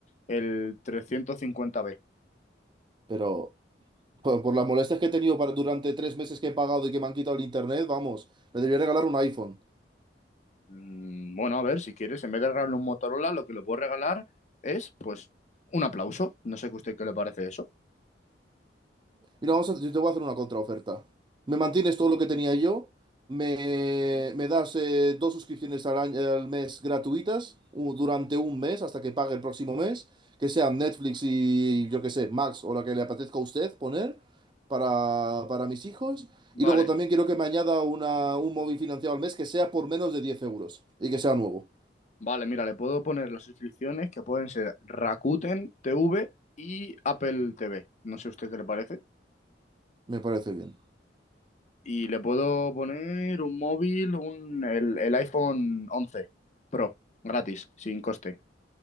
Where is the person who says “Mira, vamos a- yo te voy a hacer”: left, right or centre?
Right